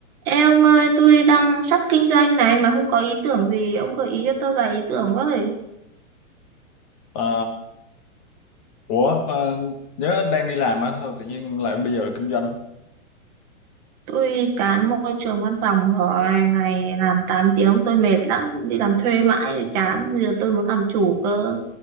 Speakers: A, on the right; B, on the left.
A: Ê ông ơi, tôi đang sắp kinh doanh này mà không có ý tưởng gì, ông gợi ý cho tôi vài ý tưởng với.
B: Ờ, ủa mà nhớ đang đi làm á sao tự nhiên lại bây giờ kinh doanh
A: Tôi chán môi trường văn phòng rồi, ngày làm 8 tiếng tôi mệt lắm, đi làm thuê mãi thì chán, bây giờ tôi muốn làm chủ cơ,